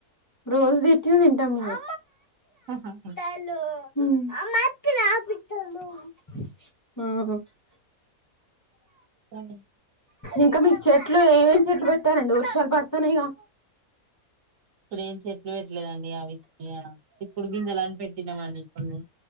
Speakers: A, on the left; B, on the right.
A: రోజు తిచ్చినా తింటాం మేము
B: ఆహాహా
A: ఆ
B: కొన్ని
A: ఇంకా మీకు చెట్లు ఏవేం చెట్లు పెట్టారండి వర్షాలు పడతన్నాయిగా
B: ఇప్పుడు ఏం చెట్లు పెట్టలేదండి అవి చిక్కుడు గింజలని పెట్టినామండి ఇన్ని